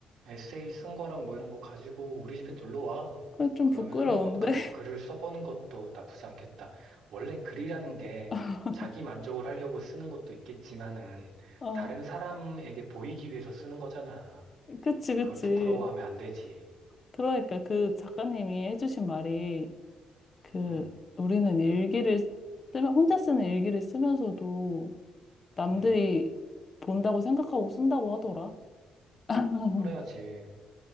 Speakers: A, on the right; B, on the left.
A: 에세이 쓴 거랑 뭐 이런 거 가지고 우리 집에 놀러 와.
B: 그래, 좀
A: 그러면
B: 부끄러운데?
A: 한번 같이 글을 써보는 것도 나쁘지 않겠다. 원래 글이라는 게
B: <laughs>
A: 자기 만족을 하려고 쓰는 것도 있겠지만은
B: 어,
A: 다른
B: 어,
A: 사람에게 보이기 위해서 쓰는 거잖아.
B: 그치, 그치.
A: 그걸 부끄러워하면 안 되지.
B: 그러니까 그 작가님이 해주신 말이 그
A: 응,
B: 우리는 일기를 쓰면, 혼자 쓰는 일기를 쓰면서도 남들이
A: 응.
B: 본다고 생각하고 쓴다고 하더라. <laughs>
A: 그래야지.